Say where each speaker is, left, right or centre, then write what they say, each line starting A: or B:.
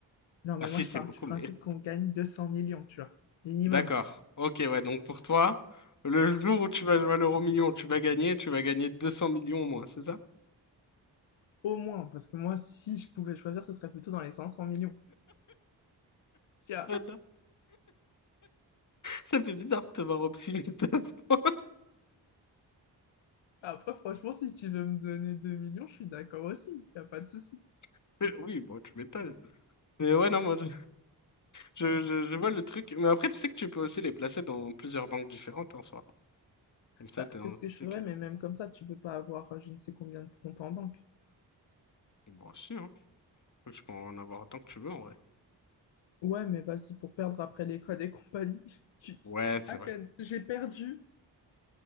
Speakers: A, on the left; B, on the left.
A: Non,
B: Ah
A: mais
B: si,
A: moi, je
B: c'est
A: pars
B: beaucoup,
A: du principe
B: mais
A: qu'on gagne 200 millions, tu vois. Minimum.
B: D'accord. Ok, ouais. Donc pour toi, le jour où tu vas jouer à l'euro million, tu vas gagner, tu vas gagner 200 millions au moins, c'est ça?
A: Au moins, parce que moi, si je pouvais choisir, ce serait plutôt dans les 500 millions. Tu vois.
B: J'adore. Ça fait bizarre de te voir optimiste à ce point.
A: Après, franchement, si tu veux me donner 2 millions, je suis d'accord aussi. Y a pas de souci.
B: <laughs> Mais Oui, bon, tu m'étonnes. Mais ouais, non, moi, je, je, je- je vois le truc. Mais après, tu sais que tu peux aussi les placer dans plusieurs banques différentes en soi. Comme ça,
A: Bah,
B: t'es
A: c'est
B: en
A: ce que
B: sécurité.
A: je ferais, mais même comme ça, tu peux pas avoir euh, je ne sais combien de comptes en banque.
B: Bon, si, hein. Tu peux en avoir autant que tu veux, en vrai.
A: Ouais, mais vas-y, pour perdre après l'école et compagnie. <laughs> Tu...
B: Ouais, c'est
A: Ah,
B: vrai.
A: Ken, j'ai perdu,